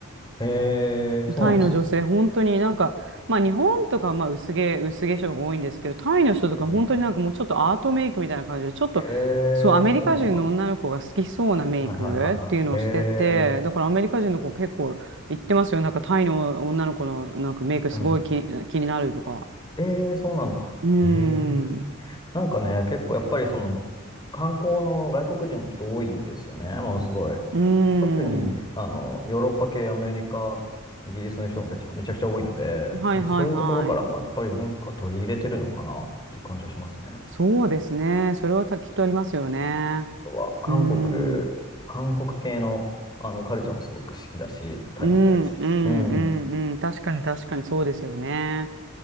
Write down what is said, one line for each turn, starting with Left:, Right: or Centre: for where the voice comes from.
Left: へえ、そうなんですね。
Right: タイの女性、本当になんか、まあ日本とかまあ薄毛、薄化粧が多いんですけど、タイの人とか本当になんかもうちょっとアートメイクみたいな感じで、
Left: うん。
Right: ちょっと、
Left: へえ、
Right: そう、アメリカ人の女の子が好きそうなメイクっていうのをしてて、
Left: そうなんだ。はいはいはいはい。へえ、
Right: だからアメリカ人の子結構言ってますよ。なんかタイの女の子のなんかメイクすごい気、
Left: うん。
Right: 気になるとか。
Left: ええ、そうなんだ。
Right: うーん、
Left: へえ。なんかね、結構やっぱりその観光の外国人の人多いんですよね、ものすごい。
Right: うーん。
Left: 特にあのヨーロッパ系、アメリカ、イギリスの人たちもめちゃくちゃ多いので、
Right: はいはいはい。
Left: なんかそういうところからもやっぱり文化取り入れてるのかなっていう感じはしますね。
Right: そうですね。それはたきっとありますよね。
Left: あとは韓国、
Right: うーん。
Left: 韓国系の、あのカルチャーもすごく好きだし、タイの人たち。
Right: うん、うん、うん、
Left: うん。
Right: うん。確かに、確かにそうですよね。